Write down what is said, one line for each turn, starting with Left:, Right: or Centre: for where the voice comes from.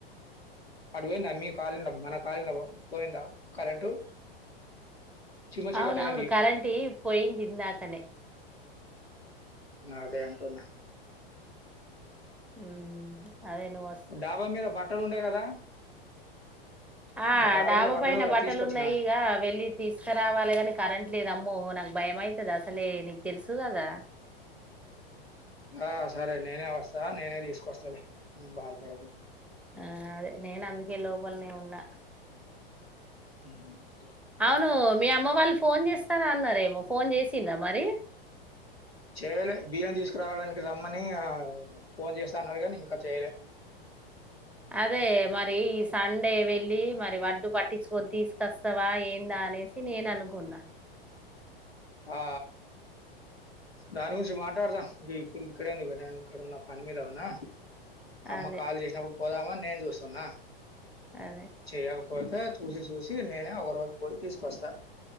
Left: అటు పోయింది అన్ని కాలనీ మన కాలనీ లా పోయిందా కరెంటు చిమ్మ చీకటి
Centre: అవునవును
Left: అయింది ఇటు
Centre: కరెంట్ పోయింది ఇందాకనే
Left: అదే అంటూన్న
Centre: హ్మ్. అదే నువ్వు వస్త
Left: డాబా మీద బట్టలు ఉండే కదా
Centre: ఆ
Left: బ-
Centre: డాబా
Left: మీద
Centre: పైన
Left: ఉండే కదా
Centre: బట్టలు
Left: తీసుకొచ్చిన
Centre: ఉన్నాయి ఇగ వెళ్ళి తీసుకురావాలి కాని కరెంట్ లేదు అమ్ మోళనాకు భయంమైతది అసలే నీకు తెలుసు కదా
Left: ఆ సరే నేనే వస్ తవా నేనే తీసుకొస్తాలే ఉమ్మ్ బాధపడకు
Centre: ఆ అదే నేను అందుకే లోపలనే ఉన్నా
Left: ఊ చే
Centre: అవును మీ అమ్మ వాళ్ళు ఫోన్ చేస్తార అన్నారేమో ఫోన్ చేసిందా మరి
Left: చేలే బియ్యం తీసుకురావడానికి రా మ్మని ఆ ఫోన్ చేస్తా అన్నారు కాని ఇంకా చేయలే
Centre: అదే మరి ఈ సండే వెళ్ళి మరి వడ్డు పట్టిచుకొని తీసుకొస్తావా ఏందా అనేసి నేను అనుకున్నా.
Left: ఆ దానిగుంచి మా దాడదా ఇంగెపుడి గి ఇక్కడ నినే అక్కడ పని మీద ఉన్నా అమ్మ
Centre: అదే
Left: కాల్ చేసినప్పుడు పోదామాని నేను చూస్తున్నా
Centre: అదే
Left: చేయకపోతే చూసి చూసి నేనే ఒకరోజు పోయి తీసుకొస్తాను